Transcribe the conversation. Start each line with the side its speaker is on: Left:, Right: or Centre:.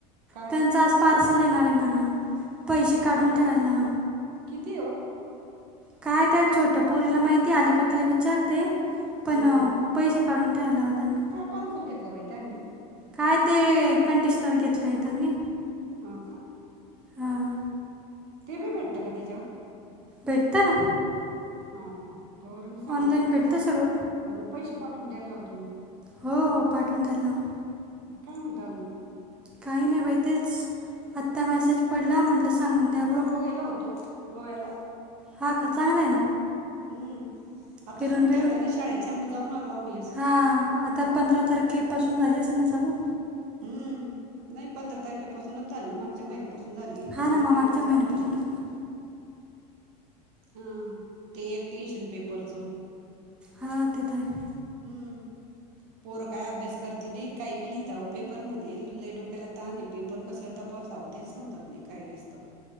Right: काय
Centre: त्यांचा आज पार्सल येणार आहे म्हणा पैसे काढून
Right: हां का
Centre: ठेवायला
Right: किती हो
Centre: काय त्या छोट्या पोरीला माहिती आली का तिला विचारते पण
Right: हां हां
Centre: पैसे काढून ठाेयलाताना
Right: पार्सल घेतलं पाहि त्यांनी
Centre: काय ते कंडिशनर घेतलेय त्यांनी
Right: हो का
Centre: हां
Right: ते बी भेटतं का त्याच्यावर
Centre: भेटता ना
Right: हां का बरं मी सांगते
Centre: ऑनलाईन
Right: त्यांना
Centre: भेटतं सगळं
Right: प पैसे पाठवून द्यायला लावते मग
Centre: हो हो पाठवून द्यारला मग
Right: कम दजून
Centre: काही नाही बाहि तेच आत्ता मेसेज पडला म्हंटलं सांगून द्या ब
Right: तो गेला होतो गोव्याला
Centre: हा का चांगला आहे ना
Right: हम्म आता
Centre: फिरून
Right: सुट्ट्या होत्या ना शाळेच्या आम् जाऊन आलो आम्ही असं
Centre: हा आता पंधरा तारखे पासून झाली असेल ना चालू
Right: हम् नाही पंधरा तारखेपासूनच झाली मागच्या महिन्यापासून झाली
Centre: हा
Right: पण आता
Centre: ना मग
Right: पेपर
Centre: मागच्या महिन्यापासूनच
Right: चालू झाले
Centre: मग
Right: हं... ते एक टेन्शन पेपरचं
Centre: हा... तेे तर हाये
Right: हुं पोरं काय अभ्यास करते नई... काही बी लिहिता अवं पेपरमध्ये, लई डोक्याला ताण ए... पेपर कसं तपासावं? तेच समजत नाई, काही वेळेस तर